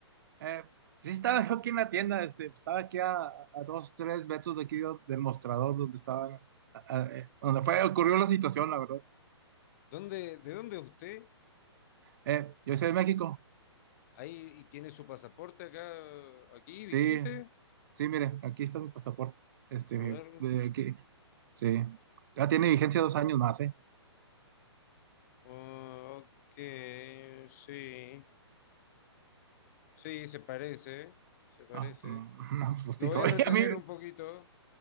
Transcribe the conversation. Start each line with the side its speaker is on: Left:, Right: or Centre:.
Right: Eh, sí, sí estaba yo aquí en la tienda, este, pues, estaba aquí a, a dos, tres metros de aquí do- del mostrador donde estaba, a- a- eh, donde fue, ocurrió la situación, la verdad.
Left: ¿Dónde, de dónde es usted?
Right: Eh, yo soy de México,
Left: Ahí y tiene su pasaporte acá, aquí,
Right: sí,
Left: vigente.
Right: sí, mire, aquí está mi pasaporte, este,
Left: A ver.
Right: eh, aquí, sí, ya tiene vigencia dos años más, ¿eh?
Left: ah, ok, sí. Sí, se parece, se parece.
Right: Ah, mm, <laughs> no, pues
Left: Lo
Right: sí soy,
Left: voy a retener
Right: <laughs> a mí,
Left: un poquito.